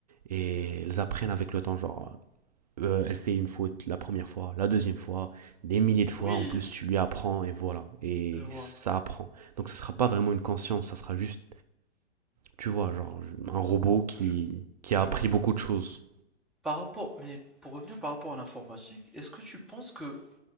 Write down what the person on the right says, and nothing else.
et elles apprennent avec le temps, genre, euh, euh, elle fait une faute la première fois, la deuxième fois, des milliers de fois,
en plus tu lui apprends, et voilà, et
ça apprend. Donc ça sera pas vraiment une conscience, ça sera juste tu vois, genre un robot qui,
qui
a appris
beaucoup
de choses.